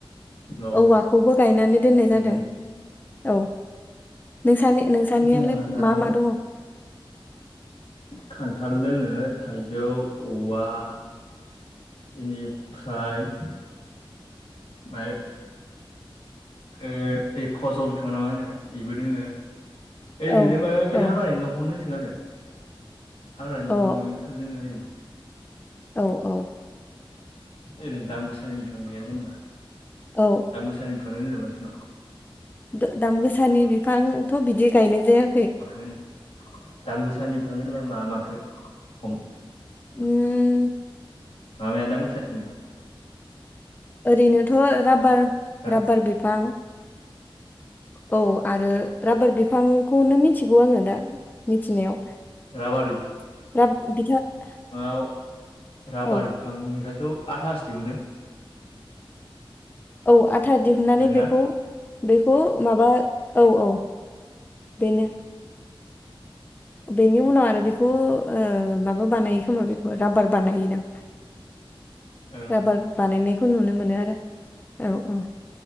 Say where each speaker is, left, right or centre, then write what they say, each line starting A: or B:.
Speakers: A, on the left (about 85°); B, on the left (about 20°).
A: औ
B: औवाखौबो गायनानै दोननाय
A: उम
B: जादों औ नोंसा नोंसानियालाय
A: जोंहानाव
B: मा मा दङ?
A: खान्थाल दोङो थाइजौ औवा इनिफ्राय ओ ओ फजल बिफां ना मा होनो एबो दोङो ओरैनो
B: औ
A: माबा मायबि
B: औ
A: हाग्रानि दंफां दंसो गारो हाग्रानि दंफां
B: औ
A: दोंङो ओरैनो
B: औ औ
A: ओरैनो दाम गोसानि बिफां गैया जेनेबा
B: औ
A: दाम गोसानि बिफांनो जेनेबा <inaudible>
B: दा-दाम गोसानि बिफांथ' बिदि गायनाय जाया
A: <unintelligible> दाम गोसानि बिफां होनोबा मा माखो हम
B: उम
A: मा माया दाम गोसासिन?
B: ओरैनोथ' राबार
A: दाम
B: राबार बिफां। औ आरो राबार बिफांखौनो मिथिगौ आङो दा मिथिनायाव।
A: राबार बिफ
B: <unintelligible>
A: फांआव राबार
B: औ
A: बिफांनिफ्रायथ' आथासो‌ दिहुनो।
B: औ आथा दिहुननानै
A: नोंगोना?
B: बेखौ बेखौ माबा औ औ बेनो।
A: उम
B: बेनि उनाव आरो बेखौ ओ माबा बानायो खोमा बेखौ राबार बानायहैयोदां।
A: ओं
B: राबार बानायनायखौ नुनो मोनो आरो औ औ।